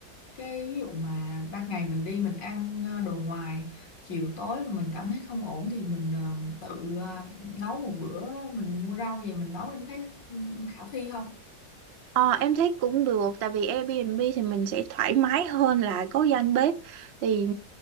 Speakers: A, on the left; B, on the right.
A: cái ví dụ mà ban ngày mình đi mình ăn ờ, đồ ngoài chiều tối mà mình cảm thấy không ổn thì mình ờ, tự ờ, nấu một bữa mình mua rau về mình nấu em thấy ừ, khả thi không
B: ờ em thấy cũng được tại vì Airbnb thì mình sẽ thoải mái hơn là có gian bếp thì